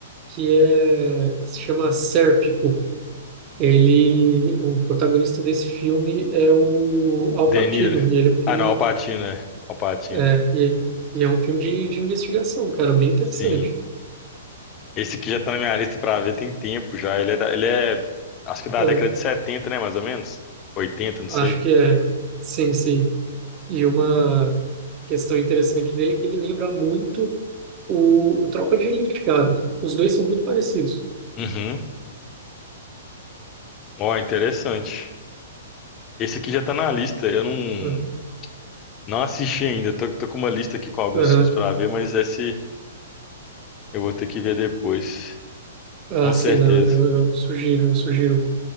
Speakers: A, on the right; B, on the left.
A: que é se chama Sérpico. Ele, o protagonista desse filme é o Al
B: De
A: Pacino,
B: Niro.
A: e ele é um filme,
B: Ah, não, Al Pacino, é. Al Pacino.
A: é, e, é e é um filme de, de investigação, cara, bem interessante.
B: Sim. Esse aqui já tá na minha lista pra ver tem tempo já. Ele é, da- ele é, acho que da
A: É,
B: década de 70, né, mais ou menos? 80, não sei.
A: acho que é, sim, sim. E uma questão interessante dele é que ele lembra muito o, o Tropa de Elite, cara. Os dois são muito parecidos.
B: Uhum. Ó, interessante. Esse aqui já tá na lista. Eu não,
A: né?
B: não assisti ainda. Tô, tô com uma lista aqui com alguns
A: Aham.
B: filmes pra ver, mas esse eu vou ter que ver depois.
A: Ah,
B: Com
A: sim,
B: certeza.
A: né? Eu, eu sugiro, eu sugiro.